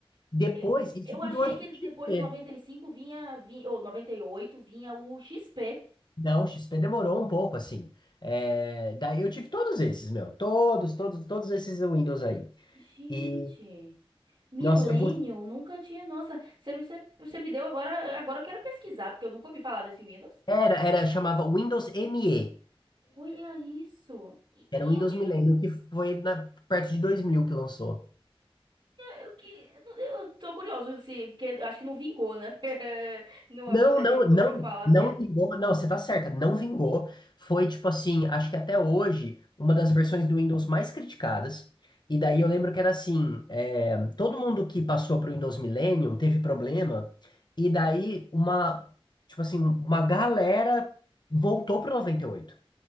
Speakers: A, on the left; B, on the right.
A: Depois,
B: Eu,
A: isso
B: eu
A: tudo
B: achei
A: antes
B: que
A: do
B: depois
A: XP.
B: do 95 vinha, vinha, ou noventa e oito vinha o XP.
A: Não, o XP demorou um pouco, assim. É, daí eu tive todos esses, meu. Todos, todos, todos esses Windows aí.
B: Gente,
A: E,
B: Millennium,
A: nossa, eu vou-
B: nunca tinha. Nossa, você, me- você, você me deu agora. Agora eu quero pesquisar, porque eu nunca ouvi falar desse Windows.
A: era, era, chamava Windows ME.
B: Olha isso. E,
A: Era
B: e
A: o Windows
B: eu, e-
A: Millennium, que foi na, perto de 2000 que lançou.
B: eu, que, eu tô curioso, se, porque eu acho que não vingou, né? <laughs> Porque não
A: Não,
B: é muita
A: não,
B: gente que
A: não,
B: ouviu falar
A: não vingou, não, você tá certa, não vingou. Foi tipo assim, acho que até hoje, uma das versões do Windows mais criticadas. E daí eu lembro que era assim, é, todo mundo que passou pro Windows Millennium teve problema, e daí uma, tipo assim, uma galera voltou pro 98.